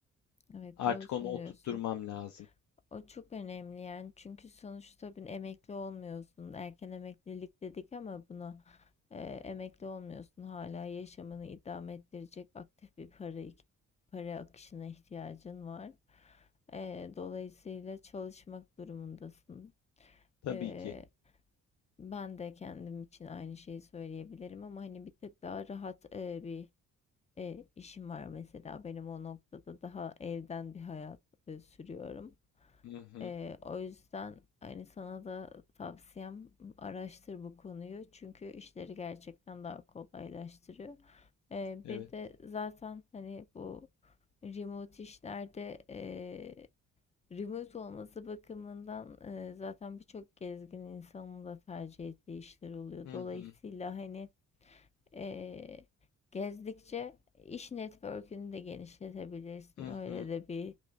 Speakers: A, on the left; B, on the left.
A: evet
B: Artık
A: doğru söylüyorsun.
B: onu oturtturmam lazım.
A: O çok önemli yani çünkü sonuçta bir emekli olmuyorsun. Erken emeklilik dedik ama buna e, emekli olmuyorsun. Hala yaşamını idame ettirecek aktif bir para para akışına ihtiyacın var. E, dolayısıyla çalışmak durumundasın.
B: Tabii
A: E,
B: ki.
A: ben de kendim için aynı şeyi söyleyebilirim ama hani bir tık daha rahat e, bir e, işim var mesela benim o noktada daha evden bir hayat e, sürüyorum.
B: Hı hı.
A: E, o yüzden hani sana da tavsiyem araştır bu konuyu çünkü işleri gerçekten daha kolaylaştırıyor. E,
B: Evet.
A: bir de zaten hani bu remote işlerde e, remote olması bakımından e, zaten birçok gezgin insanın da tercih ettiği işler oluyor.
B: Hı
A: Dolayısıyla
B: hı.
A: hani Eee, gezdikçe iş network'ünü de genişletebilirsin.
B: Hı
A: Öyle
B: hı.
A: de bir